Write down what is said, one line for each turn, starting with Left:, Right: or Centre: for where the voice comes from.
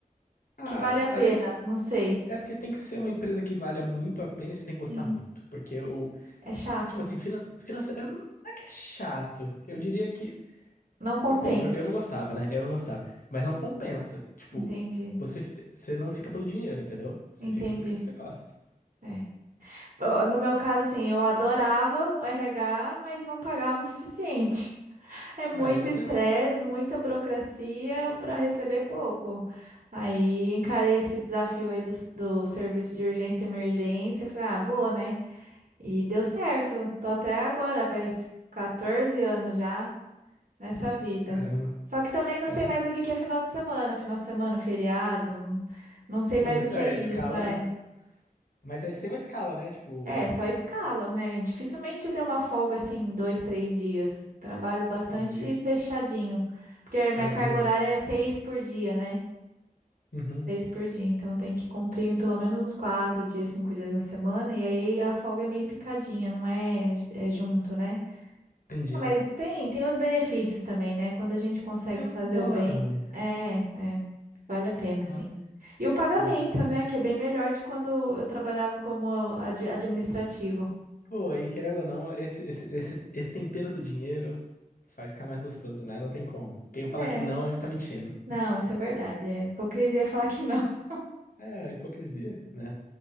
Left: Ah,
Right: que vale a pena.
Left: além de...
Right: Não sei.
Left: É porque tem que ser uma empresa que valha muito a pena e você tem que gostar
Right: Sim,
Left: muito. Porque o.
Right: é chato.
Left: Tipo assim, finan... financeiro. Não é que é chato. Eu diria que.
Right: Não compensa.
Left: Bom, pra- eu não gostava, né? Eu não gostava. Mas não compensa. Tipo,
Right: Entendi.
Left: você, você não fica pelo dinheiro, entendeu? Você
Right: Entendi.
Left: fica pelo que você gosta.
Right: É. Ó, No meu caso, assim, eu adorava o RH, mas não pagava o suficiente. <laughs> É muito
Left: Aí não adianta,
Right: estresse,
Left: né?
Right: muita burocracia para receber pouco. Aí encarei esse desafio aí do, do serviço de urgência e emergência. Falei, ah, vou, né? E deu certo. Tô até agora, faz 14 anos já nessa vida.
Left: Caramba.
Right: Só que também não
Left: Mas,
Right: sei
Left: cê-
Right: mais o que que é final de semana, final de semana, feriado, não não sei
Left: putz,
Right: mais o que
Left: é,
Right: é isso,
Left: a escala.
Right: é.
Left: Mas aí você tem uma escala, né? Tipo,
Right: É, só escala, né? Dificilmente eu tenho uma folga assim, dois, três dias. Trabalho bastante
Left: entendi.
Right: fechadinho, porque a minha
Left: Caramba.
Right: carga horária é seis por dia, né?
Left: Uhum,
Right: Seis por dia, então eu tenho que cumprir pelo menos uns quatro dias, cinco dias na semana, e aí a folga é meio picadinha, não é, é junto, né?
Left: entendi.
Right: Ah, Mas tem, tem os benefícios também, né? Quando a gente consegue
Left: Tem o
Right: fazer
Left: lado bom
Right: o bem,
Left: e o lado ruim.
Right: é, é, vale a pena,
Left: Sei
Right: sim.
Left: lá.
Right: E o pagamento,
Left: Putz.
Right: né? Que é bem melhor de quando eu trabalhava como ad- administrativo.
Left: Pô, aí querendo ou não, esse, esse, esse, esse tempero do dinheiro faz ficar mais gostoso, né? Não tem como. Quem fala
Right: É,
Left: que não, ele tá mentindo.
Right: não, isso é verdade. É hipocrisia falar que não. <laughs>
Left: É, hipocrisia, né?